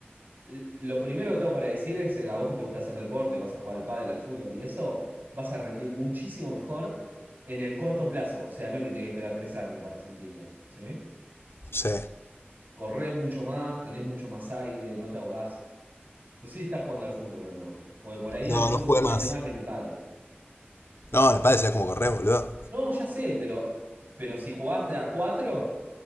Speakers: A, on the right; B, on the left.
A: L- Lo primero que tengo para decir es, eh, a vos que te gusta hacer deporte, vas a jugar al pádel, al fútbol y eso, vas a rendir muchísimo mejor en el corto plazo, o sea, no es que te que esperar tres años para sentirlo, ¿sí?
B: Sí.
A: Corres mucho más, tenés mucho más aire, no te ahogás. No sé si estás jugando al fútbol o no. Porque por ahí en
B: No,
A: el fútbol
B: no jugué
A: se siente
B: más.
A: más que en el pádel.
B: No, en el padre sea como correr, boludo.
A: No, ya sé, pero, pero si jugás de a cuatro,